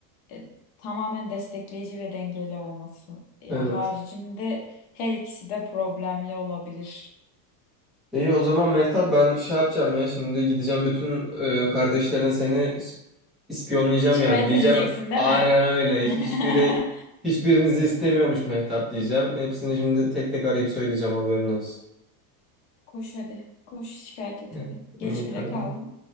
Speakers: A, on the left; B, in the centre.
A: e, tamamen destekleyici ve dengeli olması. Ya
B: Evet.
A: haricinde her ikisi de problemli olabilir.
B: İyi o zaman Mehtap ben şey yapacağım ya şimdi gideceğim bütün e, kardeşlerine seni is- ispiyonlayacağım
A: Şikayet
B: yani diyeceğim
A: edeceksin
B: aynen
A: değil mi?
B: öyle
A: <laughs>
B: Hiç- hiçbiri hiçbirinizi istemiyormuş Mehtap diyeceğim. Hepsini şimdi tek tek arayıp söyleyeceğim haberin olsun.
A: Koş hadi. Koş şikayet et
B: <laughs>
A: hadi. Geç
B: İyi
A: bile
B: tamam.
A: kaldım.